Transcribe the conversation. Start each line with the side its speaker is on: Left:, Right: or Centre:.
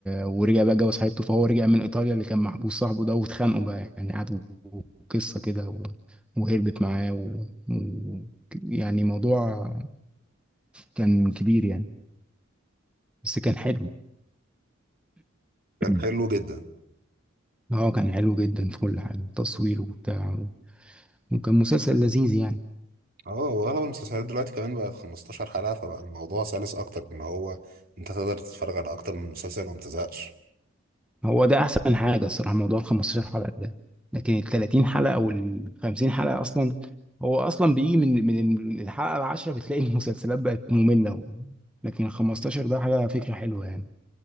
Centre: ورجع بقى اتجوز حبيبته فهو رجع من ايطاليا اللي كان محبوس صاحبه ده واتخانقوا بقى يعني قعدوا قصه كده و... وهربت معاه و... و... يعني موضوع كان كبير يعني بس كان حلو
Right: كان
Centre: مم.
Right: حلو جدا
Centre: اه كان حلو جدا في كل حاجه التصوير وبتاع وكان مسلسل لذيذ يعني
Right: اه واغلب المسلسلات دلوقتي كمان بقت 15 حلقة فبقى الموضوع سلس اكتر ان هو انت تقدر تتفرج على اكتر من مسلسل وما تزهقش
Centre: هو ده احسن حاجه الصراحه موضوع ال 15 حلقه ده لكن ال 30 حلقه وال 50 حلقه اصلا هو اصلا بيجي من من الحلقه العاشره بتلاقي <laughs> المسلسلات بقت ممله و... لكن ال 15 ده حاجه فكره حلوه يعني